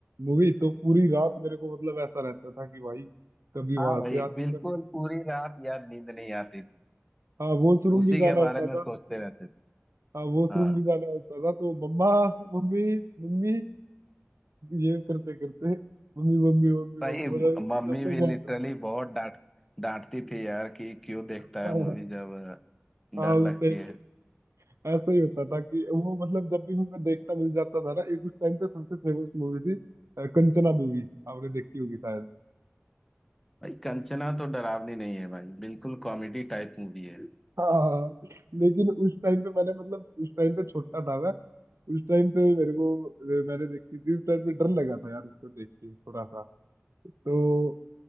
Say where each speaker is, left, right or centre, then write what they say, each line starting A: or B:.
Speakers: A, on the right; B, in the centre.
A: मूवी तो पूरी रात मेरे को मतलब ऐसा रहता था कि भाई कभी वहां
B: हाँ भाई
A: से आदमी
B: बिल्कुल
A: कभी
B: पूरी रात यार नींद नहीं आती थी
A: हाँ वॉशरूम
B: उसी
A: भी जाना
B: के
A: होता
B: बारे
A: था
B: में सोचते रहते थे
A: हाँ वॉशरूम
B: हाँ
A: भी जाना होता था तो मम्मा मम्मी मम्मी ये करते करते मम्मी मम्मी मम्मी
B: सही
A: मम्मी मतलब
B: मम्मी
A: जब तक
B: भी
A: वहां
B: लिटरली
A: पे
B: बहुत डांट डांटती थी यार कि क्यों देखता
A: हाँ
B: है मूवी जब
A: हाँ,
B: डर
A: उस
B: लगती
A: टाइम
B: है
A: ऐसा ही होता था कि वो मतलब जब भी मैं देखता मिल जाता था ना एक उस टाइम पे सबसे फेमस मूवी थी अ, कंचना मूवी आपने देखी होगी शायद
B: भाई कंचना तो डरावनी नहीं है भाई बिल्कुल कॉमेडी टाइप मूवी है
A: हाँ लेकिन उस टाइम पे मैंने मतलब उस टाइम पे छोटा था मैं उस टाइम पे मेरे को अ, मैंने देखी थी उस टाइम पे डर लगा था यार उसको देख के थोड़ा सा तो